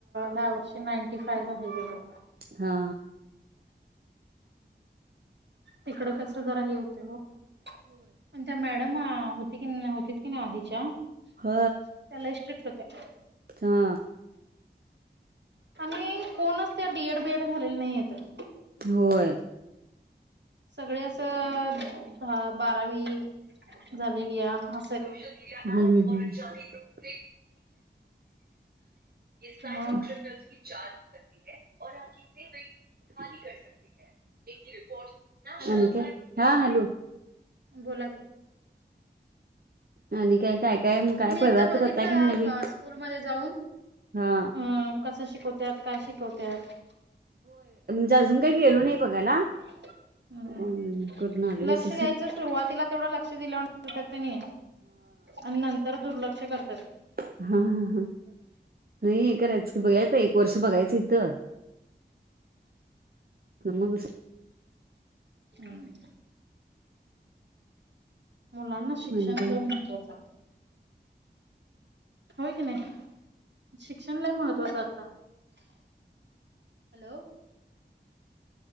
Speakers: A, on the right; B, on the right.
A: या वर्षी नाइंटी फाइव्ह झालंय तझं
B: हा
A: तिकडं कसं जरा हे हुतय ओ पण त्या मॅड मॅडम हुती की नव्हतीत की नाय आधीच्या त्या
B: ह
A: लय स्ट्रिक्ट हुत्या
B: हा.
A: आणि कोणच त्या डीएड बीएड झालेल्या नाहीत अ
B: होय.
A: सगळे असं दहा बारावी झालेल्या आ
B: सोशल मीडिया पर ये काय
A: मग
B: कक्षकी जाल मिततीै आप इने वेट कमली कर सकत एक रिपोर्ट
A: हॅलो
B: अक हा हॅलो.
A: बोला की
B: आणि काय? काय काय काय
A: तुम्ही
B: पदार्थ
A: एकदा बघितला
B: करताय की नवीन
A: का स्कूल मधे जाऊन अ
B: हा
A: कसं शिकवत्यात काय शिकवत्यात.
B: जाजून काय गेलो नाही बघायला.
A: हम् हम
B: अं करून आलो
A: लक्ष
B: नस
A: द्यायचं सुरुवातीला तेवढं लक्ष दिलं करत्यात तनी अन नंतर दुर्लक्ष. करतात
B: हा हा. नाही हे करायचं की बघायचं एक वर्ष बघायचं इथं. मगस
A: हम्म. मुलांना शिक्षण
B: म्हणे काय
A: लय महत्त्वाचय. होय की नाय शिक्षण लय महत्वाचय आता हॅलो.